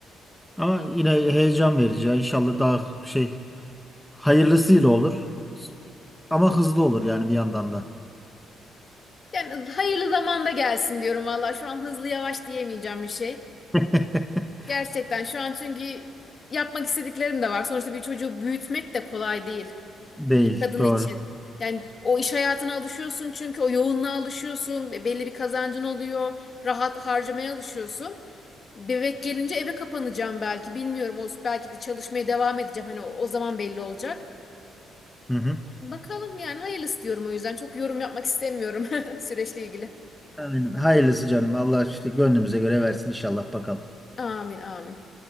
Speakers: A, in the centre; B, on the left.
A: Ama yine heyecan verici ya. İnşallah daha şey hayırlısıyla olur. Ama hızlı olur yani bir yandan da.
B: Yani hayırlı zamanda gelsin diyorum valla şu an hızlı yavaş diyemeyeceğim bir şey.
A: <laughs>
B: Gerçekten şu an çünkü yapmak istediklerim de var. Sonuçta bir çocuğu büyütmek de kolay değil.
A: Değil,
B: bir kadın
A: doğru.
B: için. Yani o iş hayatına alışıyorsun çünkü o yoğunluğa alışıyorsun. be- Belli bir kazancın oluyor. Rahat harcamaya alışıyorsun. Bebek gelince eve kapanacağım belki. Bilmiyorum. O belki de çalışmaya devam edeceğim. Hani o, o zaman belli olacak.
A: Hı hı.
B: Bakalım yani hayırlısı diyorum o yüzden. Çok yorum yapmak istemiyorum <laughs> süreçle ilgili.
A: Aynen. Hayırlısı canım. Allah işte gönlümüze göre versin inşallah bakalım.
B: Amin amin.